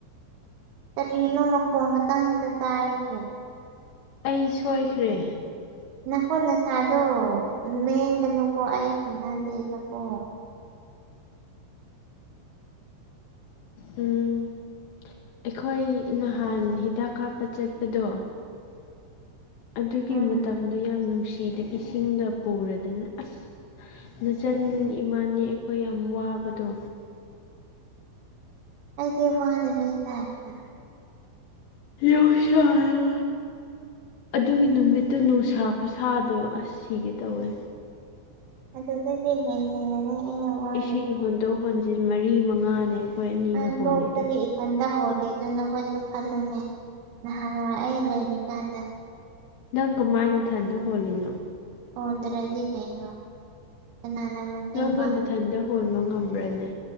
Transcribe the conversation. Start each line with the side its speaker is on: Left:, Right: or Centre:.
Right: ꯀꯔꯤꯅꯣ ꯃꯈꯣꯜ <unintelligible> ꯇꯥꯏꯁꯦ
Left: ꯑꯩ ꯁꯣꯏꯈ꯭ꯔꯦ
Right: ꯅꯈꯨꯠ ꯅꯁꯥꯗꯣ ꯂꯦꯡꯒꯅꯨꯀꯣ ꯑꯩ ꯍꯩꯅꯗꯦꯕꯀꯣ
Left: ꯎꯝ ꯑꯩꯈꯣꯏ ꯅꯍꯥꯟ ꯍꯤꯗꯥꯛ ꯀꯥꯞꯄ ꯆꯠꯄꯗꯣ ꯑꯗꯨꯒꯤ
Right: ꯎꯝ
Left: ꯃꯇꯝꯗꯨ ꯌꯥꯝ ꯅꯨꯡꯁꯤꯗ ꯏꯁꯤꯡꯒ ꯄꯨꯔꯗꯅ ꯑꯁ ꯅꯆꯟ ꯏꯃꯥꯅꯤ ꯑꯩꯈꯣꯏ ꯌꯥꯝ ꯋꯥꯕꯗꯣ
Right: ꯑꯩꯗꯤ ꯋꯥꯗꯕꯩ ꯇꯥꯏꯞꯇ
Left: <unintelligible> ꯑꯗꯨꯒꯤ ꯅꯨꯃꯤꯠꯇꯨ ꯅꯨꯡꯁꯥ ꯈꯨꯁꯥꯗꯣ ꯑꯁ ꯁꯤꯒꯦ ꯇꯧꯋꯦ
Right: ꯑꯗꯨꯗꯒꯤ ꯍꯦꯟ ꯍꯦꯟꯅꯅꯤ ꯑꯩꯅ ꯋꯥꯔꯤꯁꯦ
Left: ꯏꯁꯤꯡ ꯍꯣꯟꯗꯣꯛ ꯍꯣꯟꯖꯤꯟ ꯃꯔꯤ ꯃꯉꯥꯅꯦ ꯑꯩꯈꯣꯏ ꯑꯅꯤꯅ
Right: ꯑꯅꯣꯛꯇꯒꯤ
Left: ꯍꯣꯜꯂꯤꯗꯣ
Right: ꯊꯟꯇ ꯍꯣꯜꯂꯤꯗꯨ ꯅꯈꯣꯏꯁꯨ ꯈꯜꯂꯨꯅꯦ ꯅꯍꯥꯟꯋꯥꯏ ꯑꯩ ꯂꯩꯔꯤꯀꯥꯟꯗ
Left: ꯅꯪ ꯀꯃꯥꯏ ꯅꯊꯟꯗ ꯍꯣꯜꯂꯤꯅꯣ
Right: ꯍꯣꯟꯗ꯭ꯔꯗꯤ ꯀꯩꯅꯣ ꯀꯅꯥꯅ ꯃꯇꯦꯡ
Left: ꯅꯪꯕꯨ
Right: ꯄꯥꯡꯕꯤ
Left: ꯟꯊꯟꯗ ꯍꯣꯟꯕ ꯉꯝꯕ꯭ꯔꯥꯅꯦ